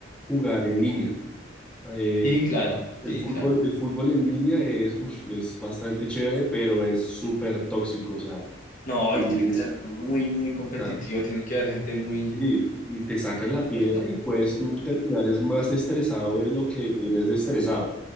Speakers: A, in the centre; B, on the left.
A: jugar en línea. Eh,
B: Sí, claro,
A: el
B: sí,
A: fútbol,
B: claro.
A: el fútbol en línea es, uf, es bastante chévere, pero es súper tóxico, o sea,
B: No,
A: mm,
B: y tiene que ser muy, muy competitivo,
A: ah,
B: tiene que haber gente muy
A: sí, y te sacan la piedra
B: experta.
A: y puedes tú terminar es más estresado de lo que eres estresado.